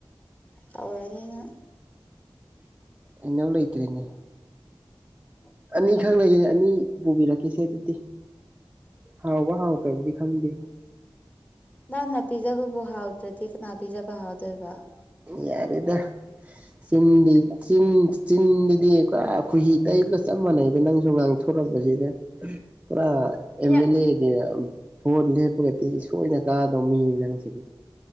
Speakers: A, on the left; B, on the right.
A: ꯇꯧꯔꯅꯤꯅ
B: ꯑꯩꯅꯧ ꯂꯩꯇ꯭ꯔꯦꯅꯦ
A: ꯎꯝ
B: ꯑꯅꯤꯈꯛ ꯂꯩꯒꯦ ꯑꯅꯤ ꯄꯨꯕꯤꯔꯛꯀꯁꯦ ꯑꯗꯨꯗꯤ ꯍꯥꯎꯕ ꯍꯥꯎꯇꯕꯨꯗꯤ ꯈꯪꯗꯦ
A: ꯅꯪꯅ ꯄꯤꯖꯕꯕꯨ ꯍꯥꯎꯗ꯭ꯔꯗꯤ ꯀꯅꯥ ꯄꯤꯖꯕ ꯍꯥꯎꯗꯣꯏꯕ
B: ꯌꯥꯔꯗ ꯆ ꯆ ꯆꯤꯟꯗꯗꯤ ꯄꯨꯔ ꯈꯨꯍꯤ ꯇꯩꯕ ꯆꯞ ꯃꯥꯟꯅꯩ ꯅꯪꯁꯨ ꯉꯥꯡꯊꯣꯔꯛꯄꯁꯤꯗ ꯄꯨꯔꯥ ꯑ
A: ꯌꯥ
B: ꯑꯦꯜ ꯑꯦ ꯍꯥꯏꯗꯤ ꯚꯣꯠ ꯂꯦꯞꯄꯒꯗꯤ ꯁꯣꯏꯅ ꯀꯥꯗꯧ ꯃꯤꯅꯤ ꯅꯪꯁꯤꯗꯤ